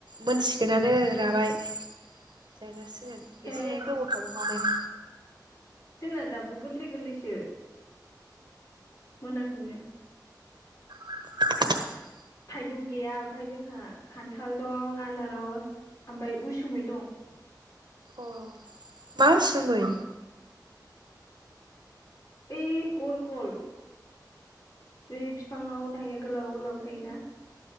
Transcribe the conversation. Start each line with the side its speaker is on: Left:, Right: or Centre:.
Right: मोनसिगोनानो राबाय जाजासि सिगोन एसे
Left: ए
Right: गोबाव थाबावबानो।
Left: जोंना दाबो गोलै गोलैसो। मोनाखैनो।
Right: <inaudible>
Left: थाइजौ गैया आमफाय जोंहा खान्थाल दं आनारस आमफाय उसुमै दं।
Right: अ मा उसुमै?
Left: ओइ गल गल बे फिफाङाव थायो गोलाव गोलाव थायोना।